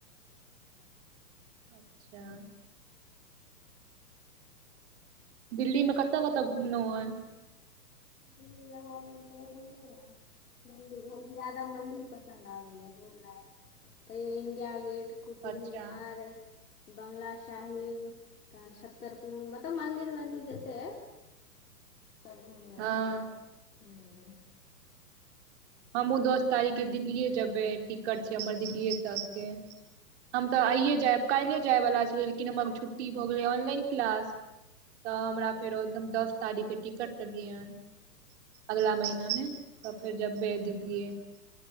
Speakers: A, on the left; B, on the right.
A: अच्छा
B: अच्छा दिल्लीमे कतऽ- कतऽ घुमलहुॅं अछि?
A: दिल्लीमे हम तैयो घुमलुं या मंदिर, हम जादा मंदिर पसन्द आबैया घुमनाइ, तैयो इंडिया गेट कुतुब
B: अच्छा
A: मीनार बंगला साहिब, तहन छत्तरपुर मतलब मंदिर वन्दिर जे से सब घुमलुं <unintelligible>
B: हँ
A: हूॅं
B: हमहूँ दस तारीखके दिल्लीये जेबै टिकट छै हमर दिल्लीये तकके हम तऽ आइए जायब, काल्हिये जायवाला छलियै लेकिन हमर आर छुट्टी भऽ गेलै ऑनलाइन क्लास तॅं हमरा फेरो दस तारीखके टिकट केलियै हन अगला महीनामे तऽ फेर जेबै वैह दिल्लीये,